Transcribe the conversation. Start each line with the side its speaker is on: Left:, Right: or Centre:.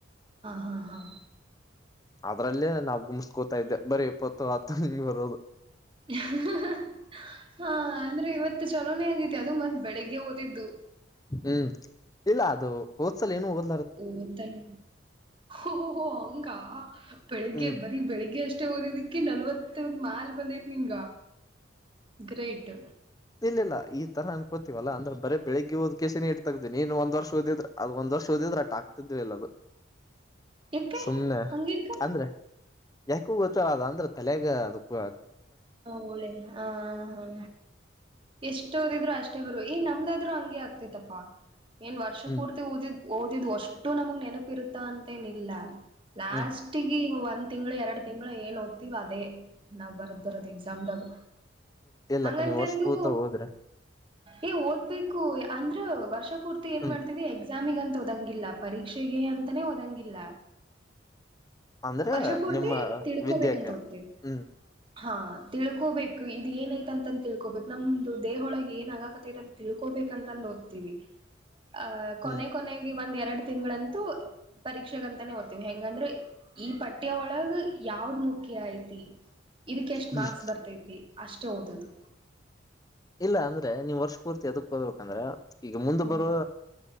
Right: ಹಾ ಹಾ
Left: ಅದ್ರಲ್ಲೇ ನಾವ ಗುಮಸ್ಕೋತಾ ಇದ್ದೆ ಬರೀ ಇಪ್ಪತ್ತು ಹತ್ತು ಹಿಂಗ್ ಬರೋದು
Right: <unintelligible> ಹಾ ಅಂದ್ರೆ ಇವತ್ತು ಚಲೋನೇ ಆಗೈತಿ ಅದು ಮತ್ತ್ ಬೆಳಿಗ್ಗೆ ಓದಿದ್ದು
Left: ಹ್ಮ್ ಇಲ್ಲ ಅದು ಓದ್ಸಲ ಏನು ಹದ
Right: ಓದ್ತಾನೆ ಓಹೋ ಹಂಗ ಬೆಳಿಗ್ಗೆ
Left: ಹ್ಮ್
Right: ಬರೀ ಬೆಳಿಗ್ಗೆ ಬೆಳ್ಳಿಗೆ ಅಷ್ಟೇ ಓದಿದಕ್ಕೆ ನಲ್ವತ್ತ ಮಾಲ್ ಬಂದತ್ ನಿಂಗ ಗ್ರೇಟ್
Left: ಇಲ್ಲ ಇಲ್ಲ ಈ ತರ ಅನ್ಕೊಡ್ತಿವಲ್ಲಾ ಅಂದ್ರೆ ಬರ ಬೆಳಗ್ಗೆ ಓದ್ ಕೆ ಸಿ ನೀಟ್ ತೆಗ್ದಿನಿ ನೀನ್ ಒಂದ್ ವರ್ಷ ಓದಿದ್ರ ಅ ಒಂದ್ ವರ್ಷ ಓದ್ರೆ ಆಟ ಆಗ್ತಿದ್ವಿಲ್ಲ
Right: ಯಾಕೆ
Left: ಸುಮ್ನೆ
Right: ಹಂಗೆಂಗ
Left: ಅಂದ್ರೆ ಯಾಕು ಗೊತ್ತಲ್ಲ ಅದ ಅಂದ್ರೆ ತಲೆಗ ಅದಕ್ಕೂ
Right: ಹಳೇ ಹ ಹ ಎಷ್ಟ ಓದಿದ್ರು ಅಷ್ಟೇ ಗುರು ಈ ನಮ್ದಾದ್ರು ಹಂಗಗೆ ಆಗ್ತತ್ತಪ್ಪಾ ಏನ್ ವರ್ಷ
Left: ಹ್ಮ್
Right: ಪೂರ್ತಿ ಒದಿದ ಓದಿದ್ ಅಷ್ಟು ನಮಗ್ ನೆನಪು ಇರುತ್ತ ಅಂತೇನಿಲ್ಲ ಲಾಸ್ಟಗ
Left: ಹ್ಮ್
Right: ಒಂದ್ ತಿಂಗಳು ಎರಡು ತಿಂಗಳು ಏನ್ ಓದ್ತಾತಿವ್ ಅದೇ ನಾವ್ ಬರ್ ದಿರೋದು ಎಕ್ಸಾಮ್ದಾಗ
Left: ಇಲ್ಲಕ್ಕ
Right: ಹಂಗಂತಂದು
Left: ನೀವ್ ವರ್ಷ ಪೂತ್ರ ಹೋದ್ರೆ
Right: ಏ ಓದ್ಬೇಕು ಅಂದ್ರ ವರ್ಷ ಪೊರ್ತಿ ಏ
Left: ಹ್ಮ್
Right: ಮಾಡ್ತೀವಿ ಎಕ್ಸಾಮ್ಗ ಓದಂಗಿಲ್ಲ ಪರೀಕ್ಷೆಗೆ ಅಂತಾನೇ ಒಓದಂಗಿಲ್ಲ
Left: ಅಂದ್ರೆ
Right: ವರ್ಷ ಪೂರ್ತಿ
Left: ನಿಮ್ಮ
Right: ತಿಡ್ಕೋಬೇಕಂತ
Left: ವಿದ್ಯಾಕ್ಕೆ
Right: ಓದ್ತೀವಿ
Left: ಹ್ಮ್
Right: ಹಾ ತಿಳ್ಕೋಬೇಕು ಇದು ಏನ ಆಯ್ತ್ ಅಂತ ತಿಳ್ಕೋಬೇಕು ನಮ್ದು ದೇಹೊಳ ಏನ ಆಗಕತ್ತತೈಂತ ತಿಳ್ಕೋ ತಿಳ್ಕೊಬೇಕು ಅಂತಓದ್ತಿವಿ ಹ ಕೊನೆಕೋನೆಗೆ
Left: ಹ್ಮ್
Right: ಒಂದು ಎರಡು ತಿಂಗಳಂತೂ ಪರೀಕ್ಷೆಗಂತಾನೆ ಓತೀನಿ ಹೆಂಗಂದ್ರೆ ಈ ಪಠ್ಯ ಒಳಗ ಯಾವ ಯ ಮುಖ್ಯ ಐತಿ ಇದಕ್ಕೆ ಎಷ್ಟ್
Left: ಹ್ಮ್
Right: ಮಾರ್ಕ್ಸ್ ಬರ್ತೈತಿ ಅಷ್ಟೇ ಓದದು
Left: ಇಲ್ಲ ಅಂದ್ರೆ ನೀವ್ ವರ್ಷ ಪೂರ್ತಿ ಅದ್ಕಕ್ ಓದಬೇಕು ಅಂದ್ರೆ ಈಗ ಮುಂದೆ
Right: ಹ್ಮ್
Left: ಬರುವ